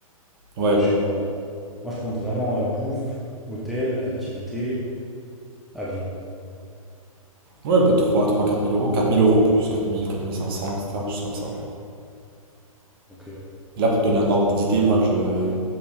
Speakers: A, on the right; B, in the centre.
A: Ouais.
B: ouais, je sais pas. Moi, je compte vraiment euh, bouffe, hôtel, activité, avion.
A: Ouais, bah trois trois quatre mille euros. quatre mille euros plus, 4 000, 4 500, etc. Quelque chose comme ça.
B: Ok.
A: Et là, pour te donner un ordre d'idée, moi, je...